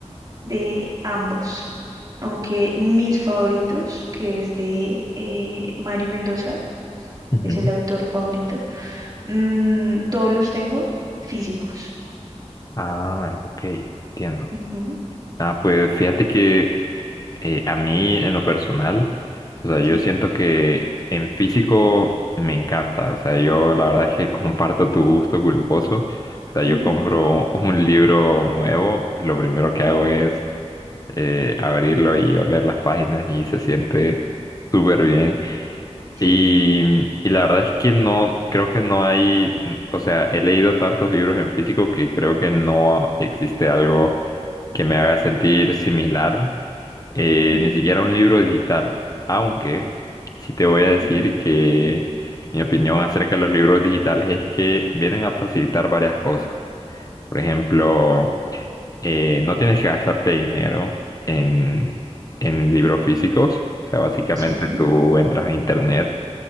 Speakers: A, on the right; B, on the left.
A: de ambos. Aunque mis favoritos, que es de eh, Mario Mendoza,
B: ujú.
A: es el autor favorito Mm, todos los tengo físicos.
B: Ah, ok, entiendo.
A: Ujú,
B: Ah, pues fíjate que Eh, a mí, en lo personal, o sea, yo
A: sí,
B: siento que en físico me encanta. O sea, yo la verdad es que comparto tu gusto culposo. O sea,
A: ujú,
B: yo compro un libro nuevo, lo primero que hago es eh, abrirlo y oler las páginas y se siente súper bien.
A: sí,
B: Y, y la verdad es que no, creo que no hay, o sea, he leído tantos libros en físico que creo que no existe algo que me haga sentir similar, eh,
A: ujú,
B: ni siquiera un libro digital. Aunque sí te voy a decir
A: ujú,
B: que mi opinión acerca de los libros digitales es que vienen a facilitar varias cosas. Por ejemplo, eh, no tienes que gastarte dinero en, en libros físicos. O sea, básicamente
A: sí,
B: tú entras a internet